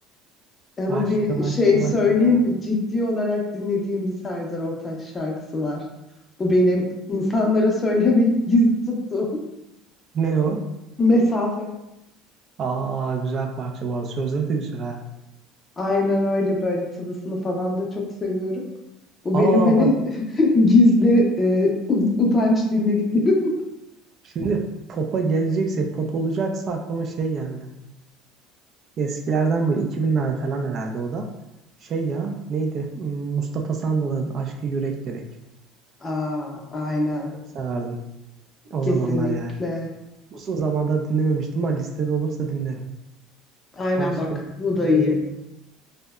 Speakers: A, on the left (about 25°); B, on the right (about 40°).
A: Ama
B: Başka
A: bir
B: başka
A: şey söyleyeyim
B: başka.
A: mi? Ciddi olarak dinlediğim bir Serdar Ortaç şarkısı var. Bu benim insanlara söylemeyip gizli tuttuğum
B: Ne o?
A: <laughs> mesafe.
B: Aa güzel parça bu arada. Sözleri de güzel ha.
A: Aynen öyle böyle tılısını falan da çok seviyorum. Bu
B: Aa
A: benim hani
B: bak
A: <laughs> gizli e, ut- utanç dinlediklerim.
B: şimdi pop'a gelecekse pop olacaksa aklıma şey geldi. Eskilerden böyle 2000'lerde falan herhalde o da. Şey ya neydi? Hmm, Mustafa Sandal'ın Aşkı Yürek Gerek.
A: <laughs> Aa, aynen.
B: Çok severdim o
A: Kesinlikle.
B: zamanlar yani. Uzun zamandır dinlememiştim ama listede olursa dinlerim.
A: Aynen
B: Başka
A: bak bu
B: hmm,
A: da iyi.